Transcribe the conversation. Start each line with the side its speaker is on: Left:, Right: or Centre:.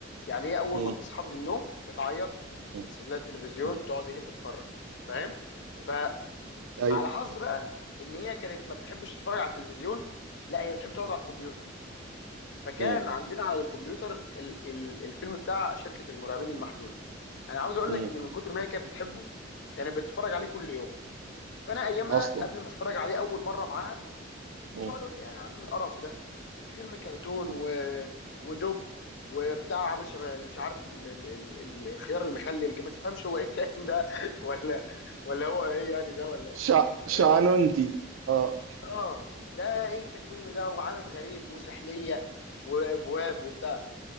Left: يعني هي أول
Right: م-
Left: ما بتصحى من النوم بتعيط
Right: م-
Left: بنسيب لها التلفزيون
Right: م-
Left: تقعد هي تتفرج فاهم
Right: م-
Left: فعلى
Right: ايوه
Left: حظ بقى إن هي كانت ما بتحبش تتفرج على التلفزيون لا هي بتحب تقعد على الكمبيوتر فكان
Right: م-
Left: عندنا على الكمبيوتر ال ال الفيلم بتاع شركه المرعبين المحدوده انا عاوز اقول
Right: م-
Left: لك ان من كتر ما هي كانت بتحبه كانت بتتفرج عليه كل يوم فانا ايامها
Right: اصلا
Left: قبل ما اتفرج عليه اول
Right: مم.
Left: مره معاها كنت
Right: مم.
Left: اقعد اقول ايه يا عم القرف ده فيلم كرتون
Right: مم.
Left: و... ودب وبتاع عامل شبه مش عارف ال... ال... ال... الخيار المخلل ما تفهمش هو ايه الكلام ده <laughs> ولا ولا هو ايه يعني ده ولا
Right: شع...
Left: فاهمني
Right: شعنونتي <laughs> اه
Left: اه ده ايه تكوينه ده وعالم غريب وسحليه وابواب وبتاع